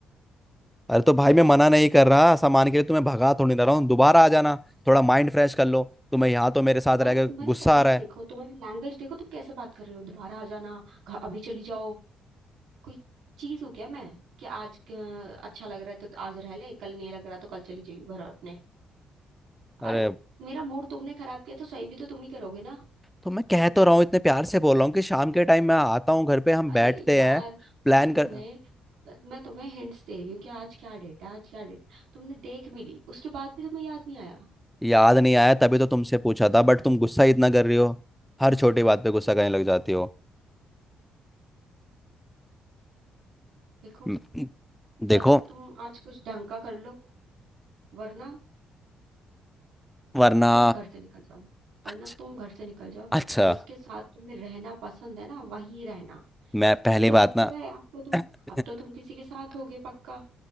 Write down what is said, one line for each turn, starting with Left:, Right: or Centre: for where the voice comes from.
Centre: अरे तो भाई मैं मना नहीं कर रहा सामान के लिए तुम्हें भगा थोड़ी ना रहा हूँ दोबारा आ जाना थोड़ा माइंड फ्रेश कर लो तुम्हें यहाँ तो मेरे साथ
Right: तुम्हारे
Centre: रह के
Right: तुम्हारी
Centre: गुस्सा
Right: तमीज
Centre: आ रहा है
Right: देखो तुम्हारी लैंग्वेज देखो तुम कैसे बात कर रहे हो दोबारा आ जाना घ- अभी चली जाओ कोई चीज हो क्या मैं कि आज अ, अच्छा लग रहा है तो आज रह ले कल नहीं लग रहा तो कल चली जाइयो घर अपने
Centre: अरे
Right: अरे मेरा मूड तुमने खराब किया तो सही भी तो तुम ही करोगे ना
Centre: तो मैं कह तो रहा हूँ इतने प्यार से बोल रहा हूँ कि शाम के टाइम मैं आता हूँ घर पे हम
Right: अरे
Centre: बैठते
Right: यार
Centre: हैं प्लान
Right: मैं तुम्हें
Centre: कर
Right: मैं तुम्हें हिंट्स दे रही हूँ कि आज क्या डेट है आज क्या डेट है तुमने देख भी ली उसके बाद भी तुम्हें याद नहीं आया
Centre: याद नहीं आया तभी तो तुमसे पूछा था बट तुम गुस्सा ही इतना कर रही हो हर छोटी बात पे गुस्सा करने लग जाती हो
Right: देखो
Centre: म-
Right: या
Centre: देखो
Right: तो तुम आज कुछ ढंग का कर लो वरना
Centre: वरना
Right: तुम घर से निकल जाओ वरना
Centre: अच्छा
Right: तुम घर से निकल जाओ
Centre: अच्छा,
Right: जिसके साथ तुम्हें रहना पसंद है ना वहीं रहना
Centre: मैं पहली
Right: मेरे को
Centre: बात
Right: लग
Centre: ना
Right: तो रहा है अब तो तुम
Centre: <clears throat>
Right: अब तो तुम किसी के साथ होगे पक्का